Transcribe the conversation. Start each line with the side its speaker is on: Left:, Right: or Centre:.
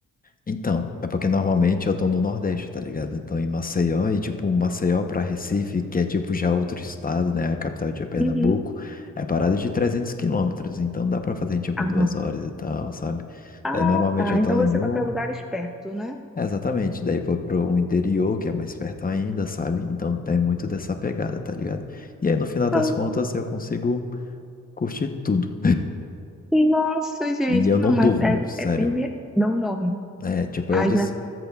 Left: Então, é porque normalmente eu tô no Nordeste, tá ligado? Então em Maceió e tipo Maceió pra Recife, que é tipo já outro estado, né? A capital de Pernambuco,
Centre: Uhum.
Left: é parada de 300 quilômetros, então dá pra fazer tipo
Centre: Ah,
Left: em duas horas e tal, sabe?
Centre: ah,
Left: Daí normalmente
Centre: tá.
Left: eu tô
Centre: Então você
Left: em um
Centre: vai pra lugares perto, né?
Left: É, Exatamente, daí foi pro interior, que é mais perto ainda, sabe? Então tem muito dessa pegada, tá ligado? E aí no final das
Centre: Ah,
Left: contas eu consigo curtir tudo.
Centre: Nossa, gente.
Left: E eu
Centre: Não,
Left: não
Centre: mas
Left: durmo,
Centre: é,
Left: sério.
Centre: é bem viajado. Não dorme.
Left: É, tipo, eu
Centre: Ai,
Left: disse,
Centre: já.